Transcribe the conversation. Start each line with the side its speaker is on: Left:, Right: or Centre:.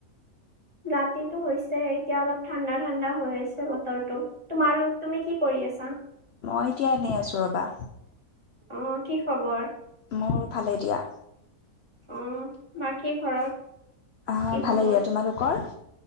Right: ৰাতিটো হৈছে এতিয়া অলপ ঠাণ্ডা ঠাণ্ডা হৈ আছে বতৰটো। তোমাৰ, তুমি কি কৰি আছা
Left: মই এতিয়া এনেই আছো ৰবা
Right: অহ কি খবৰ?
Left: মোৰ ভালে দিয়া
Right: অ বাকী ঘৰত
Left: আহ
Right: কি
Left: ভালে
Right: খবৰ?
Left: দিয়া তোমালোকৰ